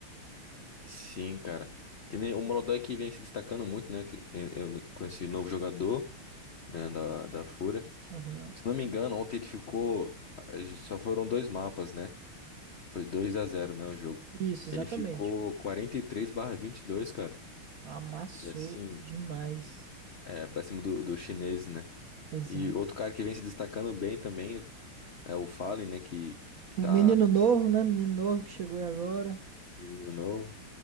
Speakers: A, on the left (about 80°); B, on the right (about 60°).
A: Sim, cara. Que nem o Molodói que vem se destacando muito, né? que- eh, eh, com esse novo jogador, né? Da, da Fúria.
B: Aham.
A: Se eu não me engano, ontem ele ficou. eh, Só foram dois mapas, né? Foi dois a zero né? O jogo.
B: Isso, exatamente.
A: Ele ficou quarenta e três barra vinte e dois cara.
B: Amassou
A: E assim,
B: demais.
A: é, pra cima do, do chinês, né?
B: Exato.
A: E outro cara que vem se destacando bem também é o Fallen, né? Que, que
B: O
A: tá
B: menino novo, né? Menino novo que chegou aí agora.
A: menino novo.